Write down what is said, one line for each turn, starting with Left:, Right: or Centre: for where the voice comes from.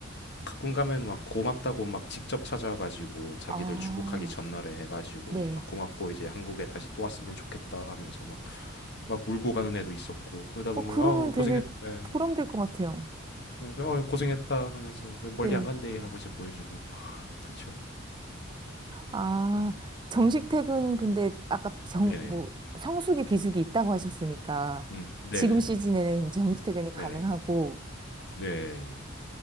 Left: 가끔 가면 막 고맙다고 막 직접 찾아가지고 자기들
Right: 아,
Left: 출국하기 전날에 해가지고
Right: 네.
Left: 막 고맙고 이제 한국에 다시 또 왔으면 좋겠다 하면서 막 막 울고 가는 애도 있었고 그러다 보면
Right: 어, 그러면
Left: 아우
Right: 되게
Left: 고생했 예.
Right: 보람될 것 같아요.
Left: 예, 어 고생했다 하면서 왜 멀리
Right: 네.
Left: 안 간대 하고 이제 보여주고 그쵸
Right: 아, 정식
Left: 예.
Right: 퇴근, 근데 아까 정,
Left: 네네
Right: 뭐, 성수기, 비수기 있다고 하셨으니까
Left: 음 네네
Right: 지금 시즌에는 정식 퇴근이 가능하고
Left: 네네 네